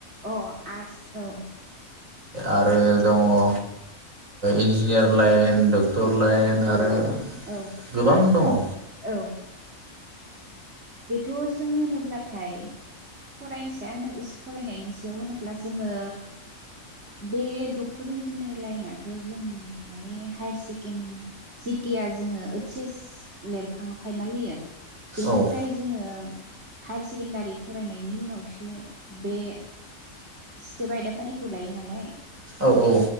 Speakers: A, on the right; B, on the right.
A: औ आर्स्ट औ।
B: आरो दङ ओ इन्जिनियार लाइन द टर लाइन
A: औ
B: आरो
A: औ
B: गोबां दङ।
A: औ। बेथ' जों होनोब्लाथाय फरायनसाया होनो फरायनायनि सायाव होनोब्ला जोङो बे डक्टर इन्जिनियार लाइनाथ' जों माने हायार सेकेणड जिटिया जोङो ओइस एस लिरखाङो फाइनाल होयो
B: औ।
A: फ्राय जोङो हायार सेकेण्डारि फरायनायनि उनावसो बे स्टेप आयदाफारिखौ लायो नालाय।
B: औ औ।